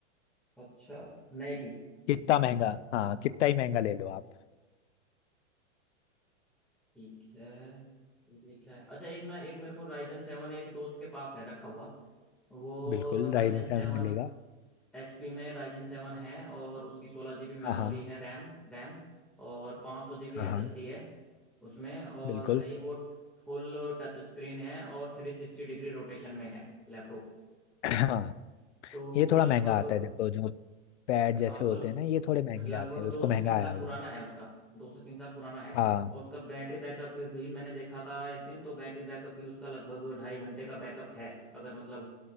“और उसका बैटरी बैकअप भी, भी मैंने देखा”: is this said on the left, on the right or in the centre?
Centre